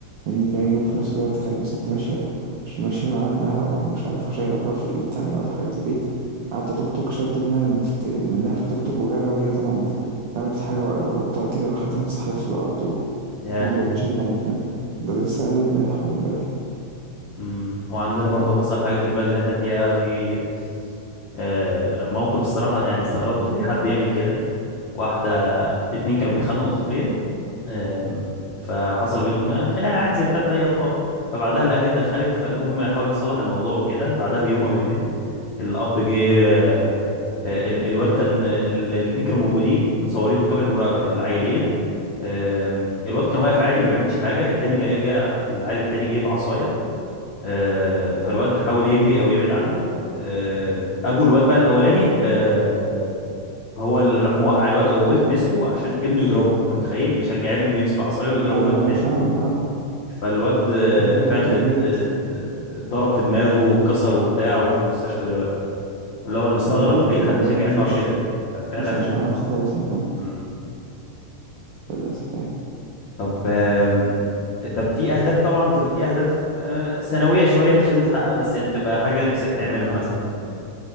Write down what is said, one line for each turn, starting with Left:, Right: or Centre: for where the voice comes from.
Right: من كام
Left: مم.
Right: يوم في نفس الوقت كانت ست ماشية مش ماشية مع ابنها ومش عارف وشايلة خضار في إيد التانية ولا حاجة البيت عدى توك توك شد ابنها من منها في التوك توك وجرى وهي طبعا رمت الحاجة وطلعت تجري لحد ما اتسحلت في الأرض
Left: ياه
Right: وما جابتش بنهاية فاهم ده لسه أول امبارح ولا امبارح
Left: مم. وعندنا برضو حصل حاجه في البلد اللي احنا فيها في آه، موقف الصراحه يعني استغربت ليه حد يعمل كده واحده اتنين كانوا بيتخانقوا طفلين آم، فحصل بينهم آه، خناقه عادي زي بتاعت اي اطفال فبعدها الاهالي اتدخلت فالام حاولت تصلح الموضوع وكده بعدها بيوم او يومين الاب جه آه، ال- الواد كان الاثنين كانوا موجودين متصورين في كاميرا مراقبه العيلين آم، الواد كان واقف عادي ما بيعملش حاجه التاني لقاه جه العيل التاني جه بعصايه آه، فالواد حاول يجري او يبعد عنه آه، ابو الواد بقى الاولاني آه، هو اللي راح موقع الواد او وز- مسكه عشان ابنه يضربه انت متخيل بيشجع ابنه انه يمسك العصايه ويضرب
Right: أيوة
Left: الواد
Right: ما
Left: التاني
Right: أنا فاهمك أه
Left: فالواد آه،
Right: أنا بقول
Left: فعلا
Right: لك كمية
Left: ات- ات- اتضرب في دماغه واتكسر وبتاع وفي المستشفى دلوقتي اللي هو انا مستغرب
Right: أنا بقول لك
Left: ليه
Right: البلد
Left: حد يشجع
Right: ما
Left: ابنه
Right: فيهاش
Left: على كده ففعلا
Right: ما فيهاش أمان خالص يعني فاهم
Left: مم.
Right: للأسف يعني
Left: طب آم، طب في اهداف طبعا بتبقى في اهداف آه، سنويه شويه مش لازم تحققها بس يعني تبقى حاجه نفسك تعملها مثلا